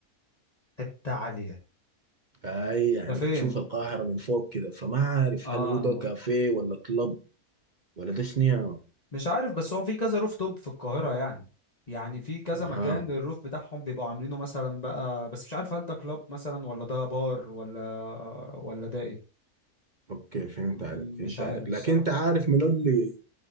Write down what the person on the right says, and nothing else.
فهي يعني
بتشوف القاهره من فوق كده فما عارف
هل هو ده كافيه ولا كلب ولا ده شنو يا- مان.
اها
اوكي فهمت
عليك فهمت
عليك
لكن انت عارف من اللي